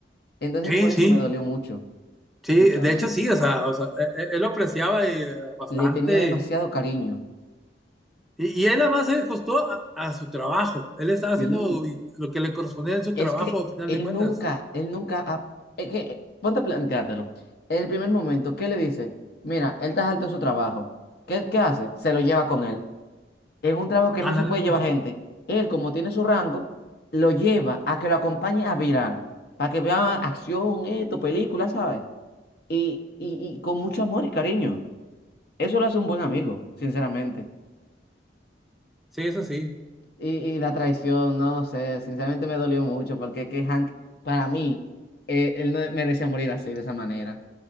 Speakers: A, on the left; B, in the centre.
A: Entonces
B: Sí,
A: por eso
B: sí,
A: me dolió mucho,
B: sí.
A: sinceramente.
B: De hecho, sí, o sea, o sea, e- e- él, lo apreciaba eh, bastante.
A: Le tenía demasiado cariño.
B: Y, y él además se ajustó a, a su trabajo. Él estaba haciendo
A: Sí,
B: lo que le correspondía en su
A: es
B: trabajo,
A: que
B: al final
A: él
B: de cuentas.
A: nunca, él nunca, ha- es que, eh, ponte a planteártelo. En el primer momento, ¿qué le dice? Mira, él está alto de su trabajo. ¿Qué, qué hace? Se lo lleva con él. en un trabajo que
B: Ándale.
A: no se puede llevar gente. Él, como tiene su rango, lo lleva a que lo acompañe a virar, para que vea acción, esto, películas, ¿sabes? Y, y, y con mucho amor y cariño. Eso lo hace un buen amigo, sinceramente.
B: Sí, eso sí,
A: Y, y la traición, no sé, sinceramente me dolió mucho, porque es que Hank, para mí, eh, él no merecía morir así, de esa manera.